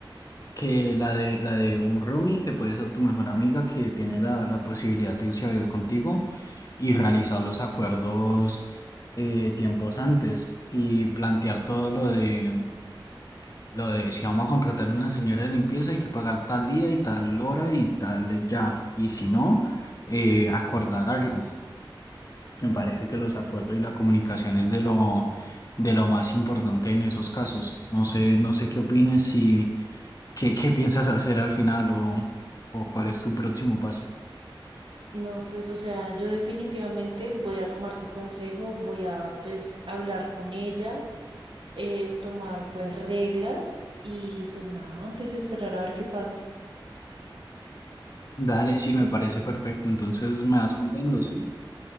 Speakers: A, on the left (about 40°); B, on the right (about 70°).
A: Que la de, la de un roomie, que puede ser tu mejor amiga, que tiene la, la posibilidad de irse a vivir contigo y realizar los acuerdos eh, tiempos antes y plantear todo lo de, lo de si vamos a contratar una señora de limpieza hay que pagar tal día y tal hora y tal ya. Y si no, eh, acordar algo. Me parece que los acuerdos y la comunicación es de lo, de lo más importante en esos casos. No sé, no sé qué opines si... ¿Qué, qué piensas hacer al final o, o cuál es tu próximo paso?
B: No, pues, o sea, yo definitivamente voy a tomar tu consejo, voy a, pues, hablar con ella, eh, tomar, pues, reglas y, pues, nada, pues, esperar a ver qué pasa.
A: Dale, sí, me parece perfecto. Entonces me vas contando, ¿sí?